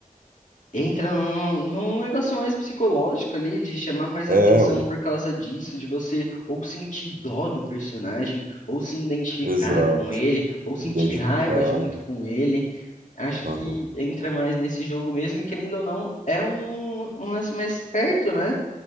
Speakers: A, on the left; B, on the right.
A: entra num, num negócio mais psicológico ali, de chamar mais
B: É,
A: atenção
B: mano.
A: por causa disso, de você ou sentir dó do personagem, ou se identificar
B: Exato.
A: com ele, ou sentir
B: Identificar.
A: raiva junto com ele. acho
B: Aham.
A: que entra mais nesse jogo mesmo, e querendo ou não, é um, um lance mais perto, né?